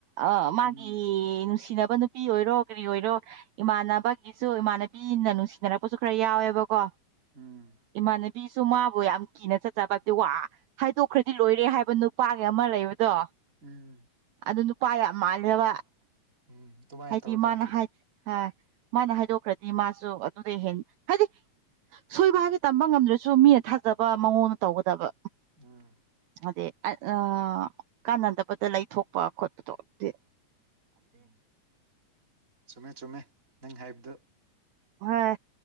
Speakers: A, on the right; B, on the right.
A: ꯑ ꯃꯥꯒꯤ
B: ꯎꯝ
A: ꯅꯨꯡꯁꯤꯅꯕ ꯅꯨ ꯄꯤ ꯑꯣꯏꯔꯣ ꯀꯔꯤ ꯑꯣꯏꯔꯣ ꯏꯃꯥꯟꯅꯕꯒꯤꯁꯨ ꯏꯃꯥꯟ ꯄꯤꯅ ꯅꯨꯡꯁꯤꯅꯔꯛꯄꯁꯨ ꯈꯔ ꯌꯥꯎꯋꯦꯕꯀꯣ
B: ꯎꯝ
A: ꯏꯃꯥꯟꯅꯕꯤꯁꯨ ꯃꯥꯕꯨ ꯌꯥꯝ ꯀꯤꯅ ꯆꯠ ꯖꯥꯕꯗꯤ ꯋꯥ ꯍꯥꯏꯗꯣꯛꯈ꯭ꯔꯗꯤ ꯂꯣꯏꯔꯦ ꯍꯥꯏꯕ ꯅꯨꯄꯥꯒꯤ ꯑꯃ ꯂꯩꯕꯗꯣ
B: ꯎꯝ
A: ꯑꯗꯨ ꯅꯨꯄꯥ ꯌꯥꯝ ꯃꯥꯜꯂꯦꯕ
B: ꯎꯝ ꯑꯗꯨꯃꯥꯏꯅ
A: ꯍꯥꯏꯗꯤ
B: ꯇꯧꯒꯗꯕꯅꯤ
A: ꯃꯥꯅ ꯍꯥꯏ ꯍꯥ ꯃꯥꯅ ꯍꯥꯏꯗꯣꯛꯈ꯭ꯔꯗꯤ ꯃꯥꯁꯨ ꯑꯗꯨꯗꯩ ꯍꯦꯟ ꯍꯥꯏꯗꯤ ꯁꯣꯏꯕ ꯍꯥꯏꯒꯦ ꯇꯝꯕ ꯉꯝꯗ꯭ꯔꯁꯨ ꯃꯤꯅ ꯊꯥꯖꯕ ꯃꯉꯣꯟꯗ ꯇꯧꯒꯗꯕ
B: ꯎꯝ
A: ꯑꯗꯤ ꯑꯥ ꯀꯥꯟꯅꯗꯕꯗ ꯂꯩꯊꯣꯛꯄ ꯈꯣꯠꯄꯗꯣ ꯑꯗꯤ
B: ꯎꯝ ꯆꯨꯝꯃꯦ ꯆꯨꯝꯃꯦ ꯅꯪ ꯍꯥꯏꯕꯗꯨ
A: ꯍꯣꯏ